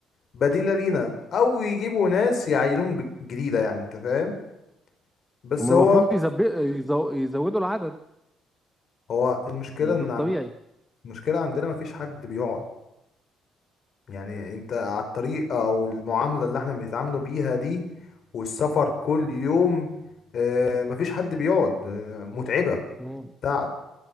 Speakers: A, on the left (about 45°); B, in the centre.
A: بديلة لينا او يجيبوا ناس يعينوهم ج- جديدة يعني انت فاهم بس
B: هم
A: هو
B: المفروض يزب... يزو... يزودوا العدد
A: هو المشكلة
B: يعني
A: ان
B: ده الطبيعي
A: عن... المشكلة عندنا مفيش حد بيقعد يعني انت على الطريقة او المعاملة اللي احنا بنتعاملوا بيها دي والسفر كل يوم آه، مفيش حد بيقعد آه، متعبة
B: مم.
A: تعب